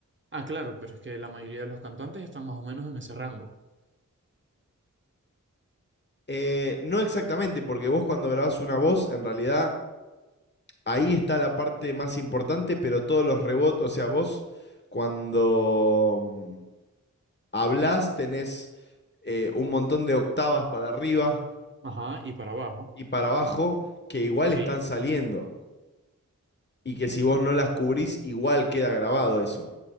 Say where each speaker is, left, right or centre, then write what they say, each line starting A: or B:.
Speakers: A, on the right; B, on the left.
A: Ah, claro, pero es que la mayoría de los cantantes están más o menos en ese rango.
B: Eh, no exactamente, porque vos cuando grabás una voz, en realidad ahí está la parte más importante, pero todos los rebotes, o sea, vos cuando mm, hablás tenés eh, un montón de octavas para arriba
A: Ajá, y para abajo.
B: y para abajo que igual
A: Sí.
B: están saliendo y que si vos no las cubrís, igual queda grabado eso.